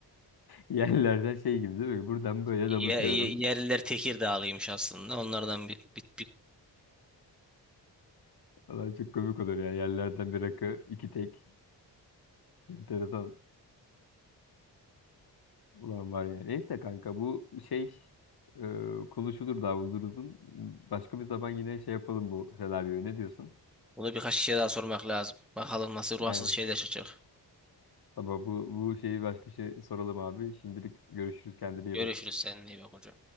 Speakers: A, on the left; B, in the centre.
A: Yerlerden şey gibi değil mi? Buradan böyle
B: Ye,
A: damıtıyorum.
B: ye- yerliler Tekirdağlıymış aslında. Onlardan bir, bir, bir,
A: Ulan çok komik olur yani Yerlerden bir rakı, iki tek. Enteresan ulan var yani. Neyse kanka bu şey e, konuşulur daha uzun uzun. Başka bir zaman yine şey yapalım bu senaryoyu. Ne diyorsun?
B: bunu birkaç şey daha sormak lazım. Bakalım nasıl ruhsuz
A: Aynen.
B: şeyler çıkacak.
A: Tamam bu, bu şeyi başka şey soralım abi. Şimdilik görüşürüz. Kendine iyi
B: Görüşürüz
A: bak.
B: seninle iyi bak hocam.